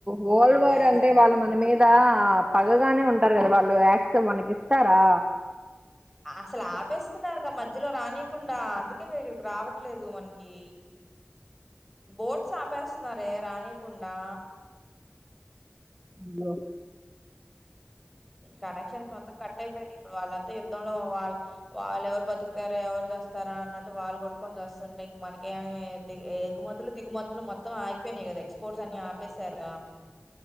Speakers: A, on the right; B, in the centre.
A: వాఓల్వర్
B: గ్యాస్
A: అంటే
B: అయినా
A: వాళ్ళ మన మీద పగగానే ఉంటారు కదా వాళ్ళు యాక్సప్ మనకి ఇస్తారా
B: అసలు ఆపేస్తున్నారుగా మధ్యలో రానీకుండా అందుకేగా ఇక్కడికి రావట్లేదు మనకి బోట్స్ ఆపేస్ వన్నారే రాని కుండా
A: ఇ
B: కనెక్షన్స్ మొత్తం కట్ అయిపోయాయి ఇప్పుడు వాళ్ళంతా యుద్ధంలో వాళ్ళ వాళ్ళు ఎవరు బతుకుతారా ఎవరు చేస్తారా అన్నట్టు వాళ్ళు కొట్టుకొని వస్తుంటేం మనక ఏి ఎగుమతులు దిగుమతులు మొత్తం ఆగిపోయినాయి కదా ఎక్స్పోర్ట్స్ అన్ని ఆపేశారు